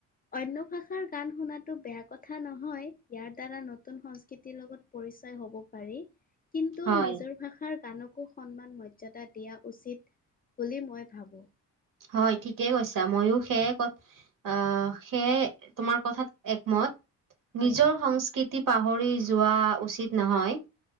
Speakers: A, on the left (about 25°); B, on the right (about 55°).
A: অন্য ভাষাৰ গান শুনাটো বেয়া কথা নহয় ইয়াৰ দ্বাৰা নতুন সংস্কৃতিৰ লগত। পৰিচয় হ'ব পাৰি কিন্তু
B: হয়
A: নিজৰ। ভাষাৰ গানকো সন্মান মৰ্যাদা দিয়া উচিত বুলি মই ভাবো।
B: হয় ঠিকেই কৈছা মইয়ো সেয়ে ক আহ সেয়াই তোমাৰ কথাত একমত।
A: হয়।
B: নিজৰ সংস্কৃতি পাহৰি যোৱা উচিত নহয়।